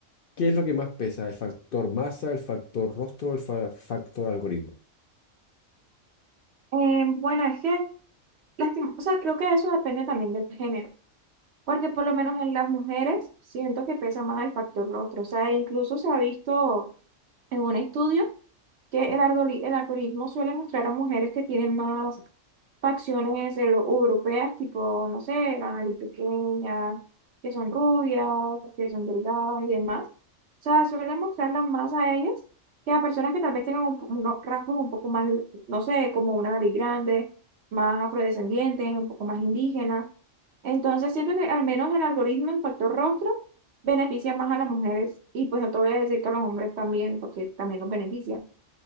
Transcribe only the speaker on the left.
¿Qué es lo que más pesa? ¿El factor masa, el factor rostro o el fa- factor algoritmo?